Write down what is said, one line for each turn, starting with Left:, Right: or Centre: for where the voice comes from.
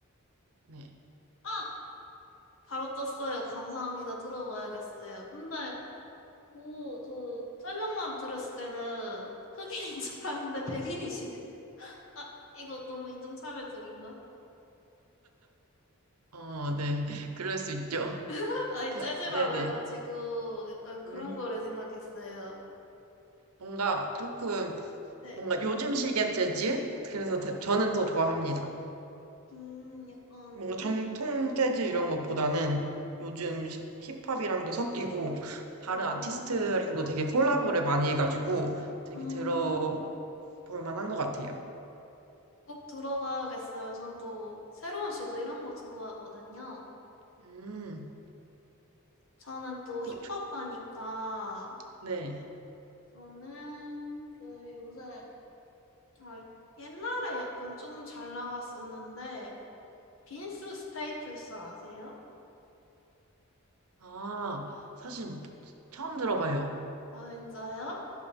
Right: 네.
Left: 아! 바로 떴어요. 감사합니다. 들어봐야겠어요. 근데 오, 저 설명만 들었을 때는 흑인인 줄 알았는데 백인이시네요. 아, 이거 너무 인종차별적인가?
Right: 어, 네. <laughs> 그럴 수 있죠.
Left: <laughs> 아니,
Right: 그,
Left: 재즈라고
Right: 네네.
Left: 해가지고 약간 그런
Right: 음,
Left: 거를 생각했어요.
Right: 뭔가 조금,
Left: 네.
Right: 뭔가 요즘식의 재즈? 그래서 대- 저는 더 좋아합니다.
Left: 음, 약간
Right: 뭔가
Left: 요즘식으로.
Right: 정통 재즈 이런
Left: 네.
Right: 것보다는 요즘 히- 힙합이랑도 섞이고 다른
Left: 어,
Right: 아티스트랑도 되게 콜라보를 많이 해가지고 되게
Left: 음.
Right: 들어볼 만한 것 같아요.
Left: 꼭 들어봐야겠어요. 전 또 새로운 시도 이런 거 좋아하거든요.
Right: 음,
Left: 저는 또
Right: 또,
Left: 힙합하니까
Right: 조- 네.
Left: 저는 그 요새 아, 옛날에 약간 조금 잘 나갔었는데 빈스 스테이플스 아세요?
Right: 아, 사실 처음 들어봐요.
Left: 아 진짜요?